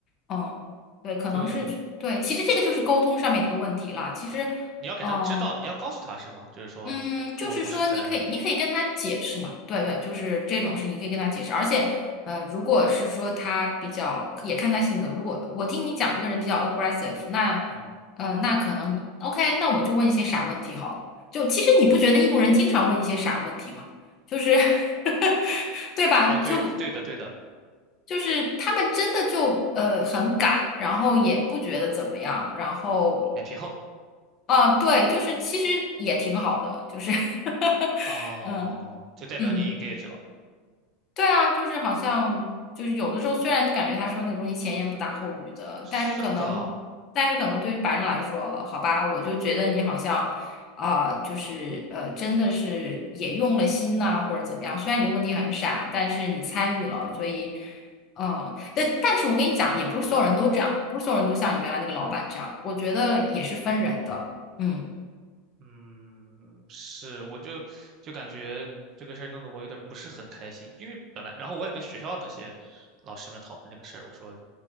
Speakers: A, on the left; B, on the right.
A: 嗯，对，可能是对，
B: 对，
A: 其实这个就是沟通上面的一个问题啦。其实，
B: 你要给他们知道，
A: 嗯、
B: 你要告诉他是吗？就是说我不是在。
A: 嗯，就是说，你可以，你可以跟他解释嘛，对对，就是这种事，你可以跟他解释。而且，呃，如果是说他比较，也看他性格。如果我听你讲这个人比较 aggressive，那，
B: 嗯。
A: 呃，那可能你 OK，那我就问一些傻问题好了。就其实你不觉得印度人经常问一些傻问题吗？就是 <laughs> 对吧？
B: 哦，对对的对的，
A: 就就是他们真的就呃很敢，然后也不觉得怎么样，然后。
B: 脸皮厚
A: 啊，对，就是其实也挺好的，就是 <laughs>
B: 哦，
A: 嗯
B: 就代表你
A: 嗯，
B: engage 了。
A: 对啊，就是好像就是有的时候，虽然你感觉他说那个东西前言不搭后语的，
B: 是的，
A: 但是可能，但是可能对于白人来说，好吧，我就觉得你好像啊、就是呃，真的是也用了心呐、或者怎么样。虽然你这个问题很傻，但是你参与了，所以呃，但但是我跟你讲，也不是所有人都这样，不是所有人都像你原来那个老板这样，我觉得也是分人的，嗯
B: 嗯，是，我就就感觉这个事儿弄得我有点不是很开心，因为本来，然后我也跟学校那些老师们讨论这个事儿，我说